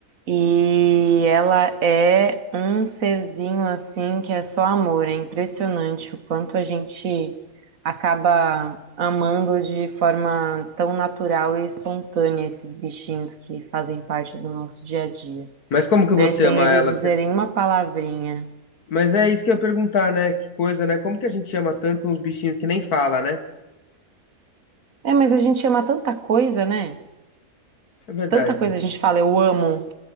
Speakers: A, on the right; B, on the left.
A: E ela é um serzinho assim que é só amor. É impressionante o quanto a gente acaba amando de forma tão natural e espontânea esses bichinhos que fazem parte do nosso dia a dia,
B: Mas como que você
A: né? Sem
B: ama
A: eles
B: ela?
A: dizerem uma palavrinha.
B: Mas é isso que eu ia perguntar, né? Que coisa, né? Como que a gente chama tanto uns bichinhos que nem fala, né?
A: É, mas a gente ama tanta coisa, né?
B: É verdade,
A: Tanta coisa
B: né?
A: a gente fala, eu amo.